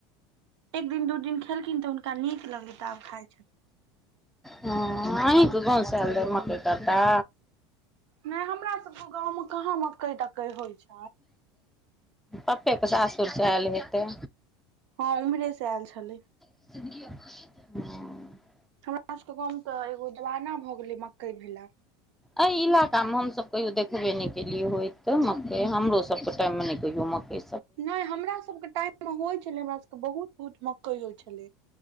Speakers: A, on the right; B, in the centre.
A: एक दिन दू दिन खेलखिन तऽ हुनका नीक लगलै आब खाय छथिन
B: ह अहेके घर से आइल रहै मके कटा
A: नहि हमरा सबके गाँव में कहाँ मकई तकई होइ छै
B: पप्पे के सासुर स आयल हेतै
A: हँ उमरे से आयल छलै
B: जिन्दगी <inaudible> ब
A: हम सबके गम त एगो जवाना भऽ गेले मकई भेला
B: अ इलाका में हम सब कहियो देखबे नहि केलिये होत ते मकई हमरो सब के टाइम मे नहि कहियो मकई
A: नहि हमरा सबके टाइम में होइ छलै हमरा सबके बहुत बहुत मकइो छलै